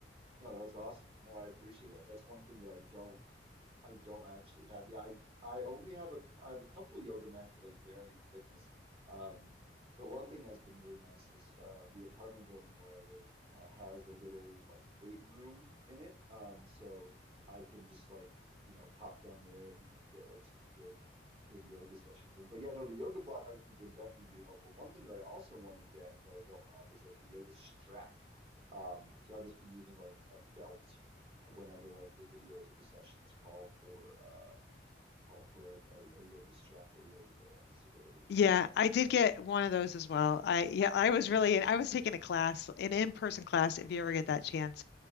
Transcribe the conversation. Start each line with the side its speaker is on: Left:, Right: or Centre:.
Right: No, that's awesome. No, I appreciate that. That's one thing that I don't I don't actually have. Yeah, I I only have a c- I have a couple yoga mats of like varying thickness. Um, but one thing that's been really nice is uh, the apartment building where I live uh, has a little like weight room in it. Um, so I can just like you know pop down there and, and get like some good good yoga sessions in. But yeah, no, the yoga block I think would definitely be helpful. One thing that I also want to get that I don't have is like a yoga strap. Um, because I've just been using like a belt whenever like the videos or the sessions call for uh call for like a, a yoga strap or a yoga band to get everything
Left: Yeah,
Right: um
Left: I did get one of those as well. I yeah, I was really I was taking a class, an in-person class, if you ever get that chance.